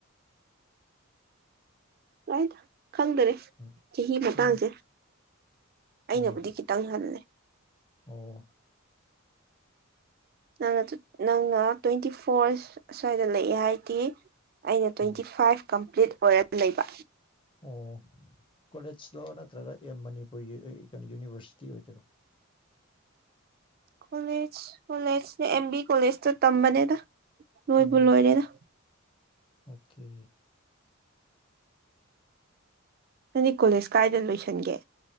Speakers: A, on the right (about 45°); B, on the left (about 25°).
A: ꯀꯥꯏꯗ ꯈꯪꯗꯔꯦ
B: ꯎꯝ
A: ꯆꯍꯤ ꯃꯇꯥꯡꯁꯦ
B: ꯎꯝ
A: ꯑꯩꯅꯕꯨꯗꯤ
B: ꯃꯥꯅꯤ
A: ꯈꯤꯇꯪ ꯍꯜꯂꯦ
B: ꯑꯣ
A: ꯅꯪꯅ ꯅꯪꯅ ꯇ꯭ꯋꯦꯟꯇꯤ ꯐꯣꯔ ꯑꯁ꯭ꯋꯥꯏꯗ ꯂꯩꯑꯦ ꯍꯥꯏꯗꯤ ꯑꯩꯅ ꯇ꯭ꯋꯦꯟꯇꯤ
B: ꯎꯝ
A: ꯐꯥꯏꯚ ꯀꯝꯄ꯭ꯂꯤꯠ ꯑꯣꯏꯔꯒ ꯂꯩꯕ
B: ꯑꯣ ꯀꯣꯂꯦꯖꯂꯣ ꯅꯠꯇ꯭ꯔꯒ ꯑꯦꯝ ꯃꯅꯤꯄꯨꯔ ꯀꯩꯅꯣ ꯌꯨꯅꯤꯚꯔꯁꯤꯇꯤ ꯑꯣꯏꯗꯣꯏꯔꯣ <inaudible>
A: ꯀꯣꯂꯦꯖ ꯀꯣꯂꯦꯖꯅꯦ ꯑꯦꯝ ꯕꯤ ꯀꯣꯂꯦꯖꯇ ꯇꯝꯕꯅꯦꯗ ꯅꯣꯏꯕꯨ
B: ꯎꯝ
A: ꯂꯣꯏꯔꯦꯗ
B: ꯑꯣꯀꯦ
A: ꯅꯅꯤ ꯀꯣꯂꯦꯖ ꯀꯥꯏꯗ ꯂꯣꯏꯁꯟꯒꯦ